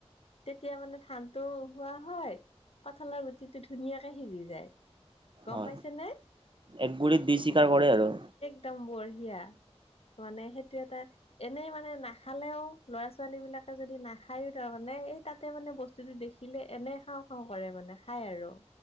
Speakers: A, on the left; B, on the right.
A: তেতিয়া মানে ধানটো হোৱা হয় কঁঠালৰ গুটিটো ধুনীয়াকে সিজি যায়। গম
B: হয়
A: পাইছে নে
B: একগুলিত দুই চিকাৰ কৰে আৰু
A: একদম বঢ়িয়া মানে সেইটো এটা এনেই মানে নাখালেও ল'ৰা- ছো ছোৱালীবিলাকে যদি নাখায়ো তাৰমানে এই তাতে মানে বস্তুটো দেখিলে এনেই খাওঁ খাও কৰে মানে খাই আৰু।